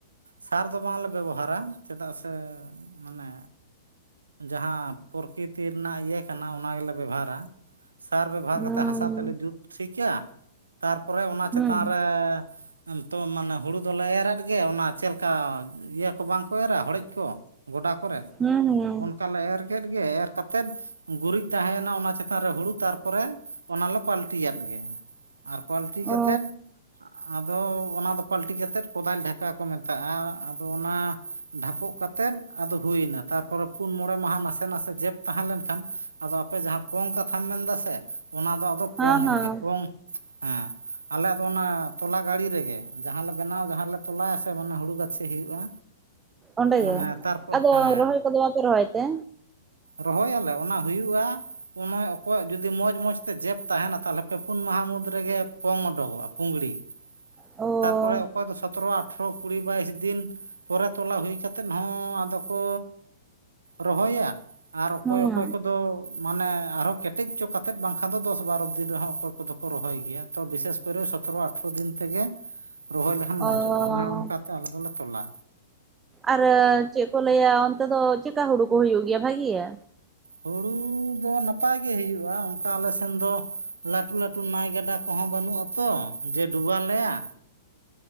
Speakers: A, on the right (about 80°); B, on the right (about 15°).
A: ᱥᱟᱨ ᱫᱚ ᱵᱟᱝᱞᱮ ᱵᱮᱵᱚᱦᱟᱨᱟ ᱪᱮᱫᱟᱜ ᱥᱮ ᱢᱟᱱᱮ ᱡᱟᱦᱟᱸ ᱯᱨᱚᱠᱤᱛᱤ ᱨᱮᱱᱟᱜ ᱤᱭᱟᱹ ᱠᱟᱱᱟ ᱚᱱᱟ ᱜᱮᱞᱮ ᱵᱮᱵᱷᱟᱨᱟ ᱥᱟᱨ ᱵᱮᱵᱚᱦᱟᱨ
B: ᱦᱩᱸ
A: ᱠᱟᱛᱮ ᱦᱟᱥᱟ ᱛᱮᱞᱮ ᱡᱩᱛ ᱴᱷᱤᱠᱟ ᱛᱟᱨᱯᱚᱨᱮ ᱚᱱᱟ
B: ᱦᱩᱸ
A: ᱪᱮᱛᱟᱱ ᱨᱮ ᱛᱚ ᱢᱟᱱᱮ ᱦᱩᱲᱩ ᱫᱚᱞᱮ ᱮᱨ ᱟᱫ ᱜᱮ ᱚᱱᱟ ᱪᱮᱫᱞᱮᱠᱟ ᱤᱭᱟᱹ ᱠᱚ ᱵᱟᱝᱠᱚ ᱮᱨᱟ ᱦᱚᱲᱮᱡ ᱠᱚ ᱜᱚᱰᱟ ᱠᱚᱨᱮ
B: ᱦᱩᱸ ᱦᱮ
A: ᱚᱱᱠᱟ ᱞᱮ ᱮᱨ ᱠᱮᱫ ᱜᱮ ᱮᱨ ᱠᱟᱛᱮᱫ ᱜᱩᱨᱤᱡ ᱛᱟᱦᱮᱸᱭᱮᱱᱟ ᱚᱱᱟ ᱪᱮᱛᱟᱱ ᱨᱮ ᱦᱩᱲᱩ ᱛᱟᱨᱯᱚᱨᱮ ᱚᱱᱟᱞᱮ ᱯᱟᱞᱴᱤ ᱟᱫ ᱜᱮ ᱟᱨ ᱯᱟᱞᱴᱤ
B: ᱚ
A: ᱠᱟᱛᱮᱫ ᱟᱫᱚ ᱚᱱᱟ ᱫᱚ ᱯᱟᱞᱴᱤ ᱠᱟᱛᱮᱫ ᱠᱚᱫᱟᱞ ᱰᱷᱟᱠᱟ ᱠᱚ ᱢᱮᱛᱟᱜᱼᱟ ᱟᱫᱚ ᱚᱱᱟ ᱰᱷᱟᱯᱚᱜ ᱠᱟᱛᱮᱫ ᱟᱫᱚ ᱦᱩᱭᱮᱱᱟ ᱛᱟᱨᱯᱚᱨᱮ ᱯᱩᱱ ᱢᱚᱬᱮ ᱢᱟᱦᱟ ᱱᱟᱥᱮ ᱱᱟᱥᱮ ᱡᱮᱵᱽ ᱛᱟᱦᱮᱸ ᱞᱮᱱᱠᱷᱟᱱ ᱟᱫᱚ ᱟᱯᱮ ᱡᱟᱦᱟᱸ ᱯᱚᱝ ᱠᱟᱛᱷᱟᱢ ᱢᱮᱱ ᱮᱫᱟ ᱥᱮ ᱚᱱᱟ ᱫᱚ ᱟᱫᱚ
B: ᱦᱮᱸ
A: ᱯᱚᱝ
B: ᱦᱮᱸ
A: ᱮᱱ ᱜᱮ ᱯᱚᱝ ᱦᱮᱸ ᱟᱞᱮᱭᱟᱜ ᱫᱚ ᱚᱱᱟ ᱛᱚᱞᱟ ᱜᱟᱲᱤ ᱨᱮᱜᱮ ᱡᱟᱦᱟᱸ ᱞᱮ ᱵᱮᱱᱟᱣ ᱡᱟᱦᱟᱸᱞᱮ ᱛᱚᱞᱟᱭᱟ ᱥᱮ ᱢᱟᱱᱮ ᱦᱩᱲᱩ ᱜᱟᱛᱮ ᱥᱤ ᱦᱩᱭᱩᱜᱼᱟ
B: ᱚᱸᱰᱮ
A: ᱢᱟᱱᱮ
B: ᱜᱮ
A: ᱛᱟᱨᱯᱚᱨ
B: ᱟᱫᱚ
A: ᱦᱮᱸ
B: ᱨᱚᱦᱚᱭ ᱠᱚᱫᱚ ᱵᱟᱯᱮ ᱨᱚᱦᱚᱭ ᱛᱮ
A: ᱨᱚᱦᱚᱭᱟᱞᱮ ᱚᱱᱟ ᱦᱩᱭᱩᱜᱼᱟ ᱚᱠᱚᱭᱟᱜ ᱡᱩᱫᱤ ᱢᱚᱡᱽ ᱢᱚᱡᱽ ᱛᱮ ᱡᱮᱵᱽ ᱛᱟᱦᱮᱱᱟ ᱛᱟᱦᱚᱞᱮ ᱯᱮ ᱯᱩᱱ ᱢᱟᱦᱟ ᱢᱩᱫᱽ ᱨᱮᱜᱮ ᱯᱚᱝ ᱚᱰᱩᱚᱜᱼᱟ ᱯᱩᱝᱲᱤ
B: ᱚ
A: ᱛᱟᱨᱯᱚᱨᱮ ᱚᱠᱚᱭ ᱫᱚ ᱥᱚᱛᱨᱚ ᱟᱴᱷᱨᱚ ᱠᱩᱲᱤ ᱵᱟᱭᱤᱥ ᱫᱤᱱ ᱯᱚᱨᱮ ᱛᱚᱞᱟ ᱦᱩᱭ ᱠᱟᱛᱮᱫ ᱦᱚᱸ ᱟᱫᱚ ᱠᱚ ᱨᱚᱦᱚᱭᱟ ᱟᱨ ᱚᱠᱚᱭ
B: ᱦᱮᱸ
A: ᱚᱠᱚᱭ ᱠᱚᱫᱚ ᱢᱟᱱᱮ ᱟᱨᱦᱚᱸ ᱠᱮᱴᱮᱡᱪᱚ ᱠᱟᱛᱮᱫ ᱵᱟᱝᱠᱷᱟᱱ ᱫᱚ ᱫᱚᱥ ᱵᱟᱨᱚ ᱫᱤᱱ ᱨᱮᱦᱚᱸ ᱚᱠᱚᱭ ᱠᱚᱫᱚ ᱠᱚ ᱨᱚᱦᱚᱭ ᱜᱮᱭᱟ ᱛᱚ ᱵᱤᱥᱮᱥ ᱠᱚᱨᱮ ᱥᱚᱛᱮᱨᱚ ᱟᱴᱷᱨᱚ ᱫᱤᱱ ᱛᱮᱜᱮ ᱨᱚᱦᱚᱭ ᱞᱮᱠᱷᱟᱱ
B: ᱚ
A: ᱢᱚᱡᱚᱜᱼᱟ ᱚᱱᱮ ᱚᱱᱠᱟ ᱟᱞᱮ ᱫᱚᱞᱮ ᱛᱚᱞᱟ
B: ᱟᱨ ᱪᱮᱫ ᱠᱚ ᱞᱟᱹᱭᱟ ᱚᱱᱛᱮ ᱫᱚ ᱪᱮᱠᱟ ᱦᱩᱲᱩ ᱠᱚ ᱦᱩᱭᱩᱜ ᱜᱮᱭᱟ ᱵᱷᱟᱹᱜᱤᱭᱟ?
A: ᱦᱩᱲᱩ ᱫᱚ ᱱᱟᱯᱟᱭ ᱜᱮ ᱦᱩᱭᱩᱜᱼᱟ ᱚᱱᱠᱟ ᱟᱞᱮ ᱥᱮᱱ ᱫᱚ ᱞᱟᱹᱴᱩ ᱞᱟᱹᱴᱩ ᱱᱟᱭ ᱜᱟᱰᱟ ᱠᱚᱦᱚᱸ ᱵᱟᱹᱱᱩᱜᱼᱟ ᱛᱚ ᱡᱮ ᱰᱩᱵᱟᱹ ᱟᱞᱮᱭᱟ